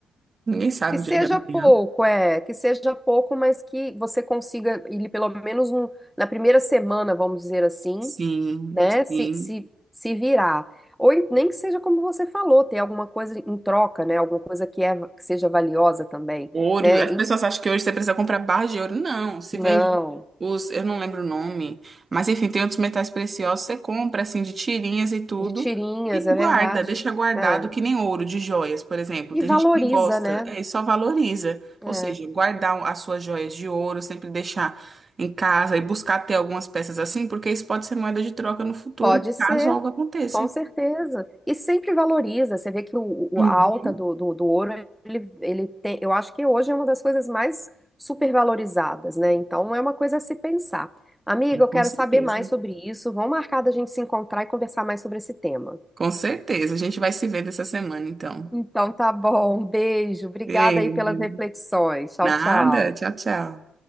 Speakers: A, on the right; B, in the centre.
A: Ninguém sabe
B: Que seja
A: o dia de amanhã.
B: pouco, é, que seja pouco, mas que você consiga, ele pelo menos no- na primeira semana, vamos dizer assim
A: Sim,
B: né? Se,
A: sim.
B: se, se virar. Ou em- nem que seja como você falou, ter alguma coisa em troca, né? Alguma coisa que, é, que seja valiosa também,
A: Ouro.
B: né?
A: As
B: E-
A: pessoas acham que hoje você precisa comprar barra de ouro. Não, se
B: não,
A: vende os, eu não lembro o nome, mas enfim, tem outros metais preciosos, você compra assim de tirinhas e tudo
B: de tirinhas,
A: e
B: é
A: guarda,
B: verdade.
A: deixa guardado
B: É.
A: que nem ouro de joias, por exemplo.
B: E
A: Tem
B: valoriza,
A: gente que gosta,
B: né?
A: é, e só valoriza.
B: é.
A: Ou seja, guardar um- as suas joias de ouro, sempre deixar em casa e buscar ter algumas peças assim, porque isso pode ser moeda de troca no futuro,
B: Pode ser,
A: caso algo aconteça.
B: com certeza. E sempre valoriza. Você vê que o, o-
A: Uhum.
B: a alta do, do, do ouro, ele, ele tem, eu acho que hoje é uma das coisas mais supervalorizadas, né? Então é uma coisa a se pensar. Amiga, eu
A: Com
B: quero
A: certeza.
B: saber mais sobre isso. Vamos marcar da gente se encontrar e conversar mais sobre esse tema.
A: Com certeza. A gente vai se vendo essa semana, então.
B: Então tá bom, beijo. Obrigada
A: Beijo.
B: aí pelas reflexões. Tchau,
A: Nada.
B: tchau.
A: Tchau, tchau.